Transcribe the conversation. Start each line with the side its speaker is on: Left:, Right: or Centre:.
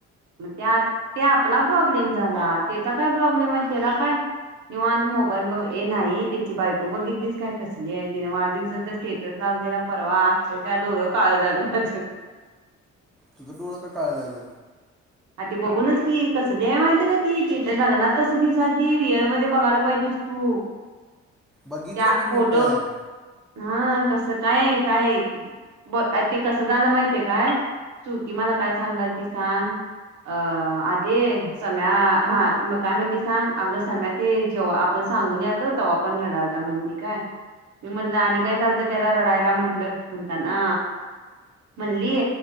Right: मग त्या त्या आपला प्रॉब्लेम झाला त्याचा काय प्रॉब्लेम आहे. त्याला काय निवांत मोबाईल बघ.. ये नाही त्याची बायको बघितलीस काय कसली आहे? तिने वाढदिवसाचा स्टेटस ला दिला परवा अक्षरशः डोळं काळ झालं माझ
Centre: तुझं डोळं का काळं झालं?
Right: आ बघूनच की कसली आहे माहिती का ती? ती लग्नात तस दिसालती रिअल मध्ये बघायला पाहिजेस तू
Centre: बघितलं
Right: त्या
Centre: की
Right: फोटोत
Centre: मी पण
Right: हा कसं काय काय बोल ते कसं झालं माहिती आहे काय श्रुती मला काय सांगालती सांग अ आधे सम्या हा मग काय म्हणली सांग आग सम्या ते जेवा आप पण सांगून यालतो तवा पण रढालता म्हणली काय मी म्हणलं आणि काय झालतं त्याला रडायला म्हटलं म्हणताना म्हणली